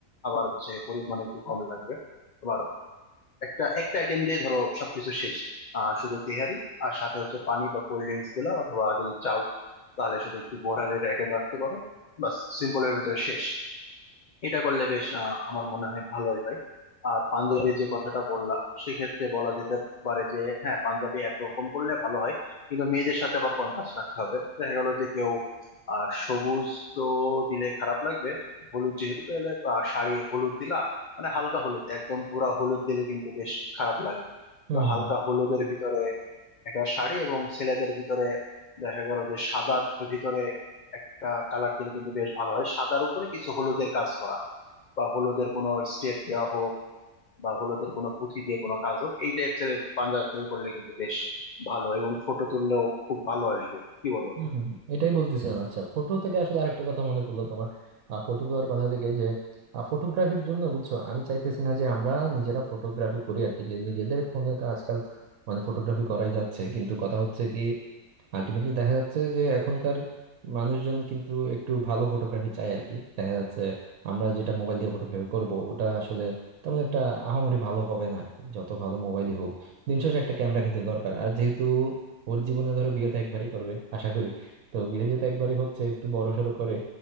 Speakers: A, on the left; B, on the right.
A: আবার হচ্ছে পরিমাণ একটু কম লাগবে আবার একটা একটা আইটেম দিয়ে ধরো সবকিছু শেষ আহ শুধু তেহারি আর সাথে হচ্ছে পানি বা কোল্ড ড্রিঙ্কস দিলা অথবা যদি চাও তাহলে শুধু একটু বোরহানের আইটেম রাখতে পারো বাস সিম্পলের ভিতরে শেষ এটা করলে বেশ আহ, আমার মনে হয় ভালোই হয় আর পাঞ্জাবি যে কথাটা বললা সেক্ষেত্রে বলা যেতে পারে যে হ্যাঁ পাঞ্জাবি একরকম করলে ভালো হয় কিন্তু মেয়েদের সাথে আবার কন্ট্রাস্ট রাখতে হবে দেখা গেল যে কেউ আহ সবুজ তো দিলে খারাপ লাগবে হলুদ যেহেতু তাহলে আহ, শাড়ি হলুদ দিলা মানে হালকা হলুদ একদম পুরা হলুদ দিলে কিন্তু বেশ খারাপ লাগে
B: হুম
A: তো হালকা
B: হুম
A: হলুদের ভিতরে একটা শাড়ি এবং ছেলেদের ভিতরে দেখা গেল যে সাদার ভিতরে একটা কালার দিলে কিন্তু বেশ ভালো হয় সাদার উপরে কিছু হলুদের কাজ করা বা হলোদের কোনো স্টেপ দেওয়া হোক বা হলোদের কোনো পুঁথি দিয়ে কোনো কাজ হোক এই টাইপের পাঞ্জাবি করলে কিন্তু বেশ ভালো এবং ফটো তুললেও খুব ভালো আসবে কি বলো
B: হুম হুম, হুম, এটাই বলতেছিলাম আচ্ছা ফটো থেকে আসলে আরেকটা কথা মনে পড়লো তোমার ফটো দেওয়ার কথা থেকে যে ফটোগ্রাফির জন্য বুঝছো আমি চাইতেছি না যে আমরা নিজেরা ফটোগ্রাফি করি আর কি যে নিজেদের ফোনে তো আজকাল মানে ফটোগ্রাফি করাই যাচ্ছে কিন্তু কথা হচ্ছে কি আলটিমেটলি দেখা যাচ্ছে যে এখনকার মানুষজন কিন্তু একটু ভালো ফটোগ্রাফি চায় আর কি দেখা যাচ্ছে আমরা যেটা মোবাইল দিয়ে ফটোগ্রাফি করব ওটা আসলে তেমন একটা আহামরি ভালো হবে না আর কি যত ভালো মোবাইলই হোক দিন শেষে একটা ক্যামেরা কিন্তু দরকার আর যেহেতু ওর জীবনে ধরো বিয়ে তো একবারই করবে আশা করি তো বিয়ে যেহেতু একবারই হচ্ছে একটু বড় সড়ো করে